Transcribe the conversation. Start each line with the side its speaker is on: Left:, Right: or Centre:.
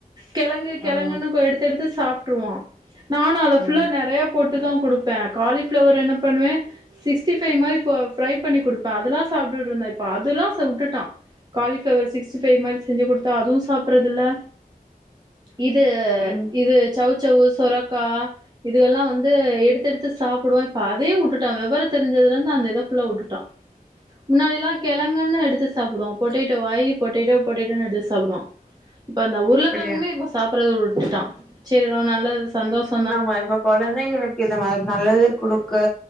Right: கெழங்கு கெழங்குன்னு
Centre: ம்
Right: கொ எடுத்து எடுத்து சாப்ட்ருவா. நானு அத ஃபுல்லா
Centre: ம்
Right: நெறையா போட்டுதா குடுப்பே காலி ஃபிளவர் என்ன பண்ணுவே சிக்ஸ்டி ஃபை மாரி ப்போ ஃபிரை பண்ணி குடுப்பே அதுலா சாப்ட்டுட்ருந்தா இப் ப அதுல்லா ச உட்டுட்டா காலிஃபிளவர் சிக்ஸ்டி ஃபைவ் மாரி செஞ்சு குடுத்தா அதுவு சாப்பறதில்ல. இது
Centre: ம்
Right: இது சௌ சௌவு சொரக்கா இதுகல்லா வந்து எடுத்தெடுத் து சாப்புடுவா இப்ப அதயு உட்டுட்டா விவர தெரிஞ்சதுலந்து அந்த இத ஃபுல்லா உட்டுட்டா. முன்னாடி எல்லா கெழங்குன்னு எடுத்து சாப்புடுவா பொட்டேட்டோ வா ஐ பொட்டேட்டோ பொட்டேட்டோன் எடுத்து சாப்புடுவா. இப்ப அந்த உருளக்கெழங்குமே
Centre: அப்படியா
Right: இப்ப சாப்புட்றது வுட்டுட்டா சரி நல்லது சந்தோஷ்
Centre: ஆமா இப்ப கொழந்தைகளுக்கு இந்த மார் நல்லது குடுக்கு